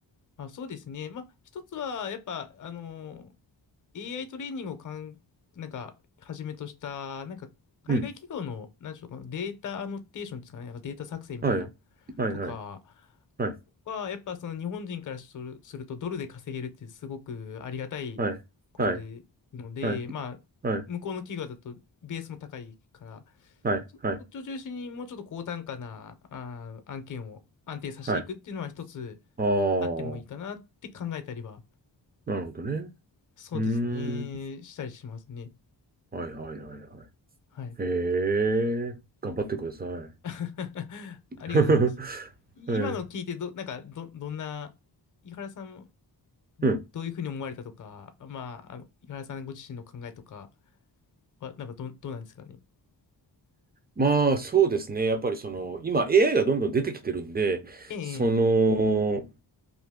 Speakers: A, on the left (about 45°); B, on the right (about 25°).
A: あ、そうですね。まあ、一つは、やっぱ、あの AI トレーニングをかん、なんか、はじめとした、なんか、海外企業の、
B: うん。
A: なんでしょう、このデータアノテーションですかね、なんかデータ作成みたいな、
B: はい。はい。
A: とか
B: はい。はい。
A: は、やっぱその日本人からするすると、ドルで稼げるってすごくありがたいことで、
B: はい。はい。
A: ので、
B: は
A: まあ、
B: い。
A: 向こうの企業だと、ベースも高いから、
B: はい。
A: そそっちを中心にもうちょっと高単価な、
B: はい。はい。
A: あー、案件を安定させていくっていうのは一つ
B: はい。ああ、
A: あってもいいかなって考えたりは、
B: なるほどね。
A: そうですね、
B: うーん。
A: したりしますね。
B: はい。はい。はい。はい。
A: はい。
B: へえ。頑張ってください。<laughs>
A: <laughs> ありがとうございます。
B: はい。
A: 今の聞いてど、なんか、ど、どんな、井原さんも
B: うん。
A: どういうふうに思われたとか、まあ、あの、井原さんご自身の考えとかは、なんかど、どうなんですかね。
B: まあ、そうですね。やっぱりその、今 AI がどんどん出てきてるんで、
A: ええ、
B: その、
A: ええ